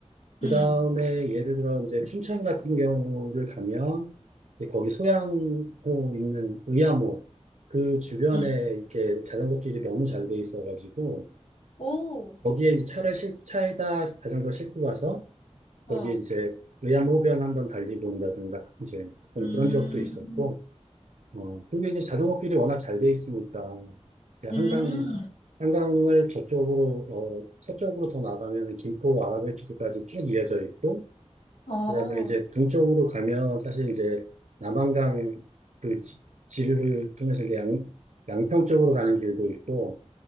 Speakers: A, on the right (about 75°); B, on the left (about 60°).
A: 그
B: 음,
A: 다음에 예를 들어 이제 춘천 같은 경우를 가면 이제 거기 소양호 있는 의암호 그 주변에
B: 음.
A: 이렇게 자전거 길이 너무 잘 돼 있어가지고
B: 오,
A: 거기에 이제 차를 실, 차에다 자전거 싣고 가서
B: 어,
A: 거기 이제 의암호변 한번 달리고 온다든가 이제 가끔
B: 음,
A: 그런 적도 있었고 어 그리고 이제 자전거길이 워낙 잘 돼 있으니까 이제 한강
B: 음.
A: 한강을 저쪽으로 어 서쪽으로 더 나가면 김포 아라뱃길까지 쭉 이어져 있고
B: 어,
A: 그다음에 이제 동쪽으로 가면 사실 이제 남한강 그 지- 지류를 통해서 이제 양 양평 쪽으로 가는 길도 있고